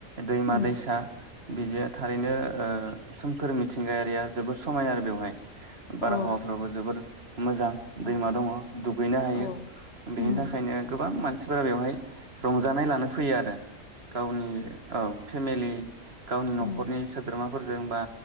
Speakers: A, on the right; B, on the left.
A: दैमा-दैसा
B: उम
A: बिजो थारैनो ओ सोमखोर मिथिंगायारिया जोबोर समायो आरो बेवहाय ।
B: अ
A: बारहावाफ्राबो जोबोर मोजां
B: अ
A: दैमा दंङ दुगैनो हायो
B: औ
A: बेनि
B: उम
A: थाखायनो गोबां मान फोरा बेवहाय रंजानाय लानो फैयो आरो गावनि औ फेमेलि <unintelligible> गावनि न'खरनि
B: उम
A: सोद्रोमा फोरजों बा